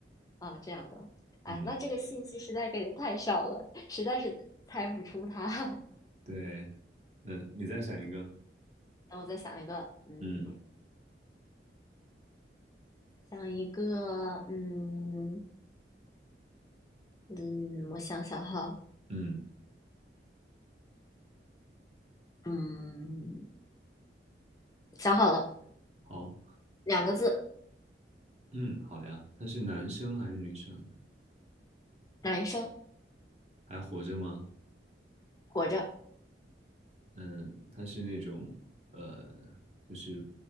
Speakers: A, on the left (about 20°); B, on the right (about 35°).
A: 啊，这样的，哎，
B: 嗯，
A: 那这个信息实在给的太少了，实在是猜不出他。<laughs>
B: 对，嗯，你再想一个，
A: 让我再想一个，嗯，
B: 嗯
A: 想一个，嗯嗯，我想想哈，
B: 嗯，
A: 嗯，想好了，
B: 好，
A: 两个字，
B: 嗯，好呀，他是男生还是女生？
A: 男生，
B: 还活着吗？
A: 活着，
B: 嗯，他是那种呃，就是